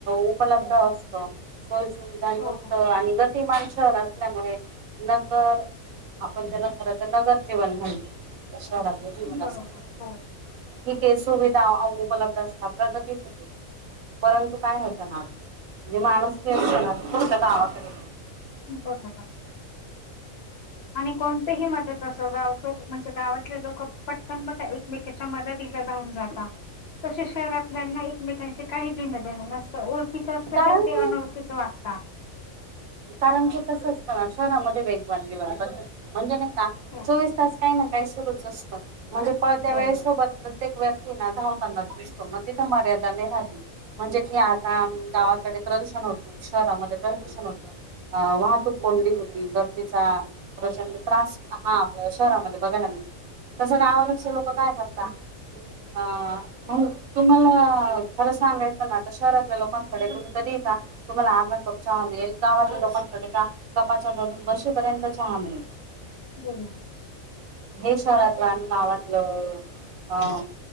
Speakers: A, on the right; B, on the left.
A: उपलब्ध असत, सोईसुवि-
B: हो
A: यक्त
B: हो
A: आणि गतमानसर असल्यामुळे <unintelligible> आपण त्यांना खर तर नगर जीवन म्हणतो, शहरात- जिवन
B: बरोबर
A: असतं,
B: हो
A: ठीक आहे सुविधा उपलब्ध असतात, प्रगती- परंतु काय होतं ना, म्हणजे माणूसकी असती ना ती फक्त गावाकडे-
B: बर बर <unintelligible> आणि कोणतेही मदत असो, गाव म्हणजे गावातले लोक पटकन पट एकमेकी- च्या मदतीला धावून जातात. तसे शहरातल्याना एकमेकांचे काही देणं देणं नसतं, ओळखीच असलं
A: कारण
B: तरी ते
A: की
B: अनोळ- खीच वागता.
A: कारण की कस असतं ना, शहरामध्ये वेगवान जीवन पद्धती म्हणजे नाही का
B: हो
A: चौवीस तास- काही ना काही सुरूच असतं, म्हणजे पळत्या
B: बरोबर
A: वेळेसोबत प्रत्येक वेळ- धावतांना दिसतो, मग तिथं मार्यादा नाही राहत. म्हणजे कि आता गावाकडे प्रदूषण होत नाही, शहरामध्ये प्रदूषण होतं. वाहतूक कोंडी होती, गर्दीेचा- प्रचंड त्रास हा शहरामध्ये बघायला तस गावाकडचे लोक काय करतात क अ मग तुम्हाला खर सांगायचं ना आता शहरातल्या लोकांकडे तुम्ही कधीही जा तुम्हाला आर्धा कप चहा मिळेल. गावातल्या लोकांकडे जा कपाच्या वर बशी भरून चहा मिळेल.
B: बरोबर.
A: हे शहरातल आणि गावातल अअ-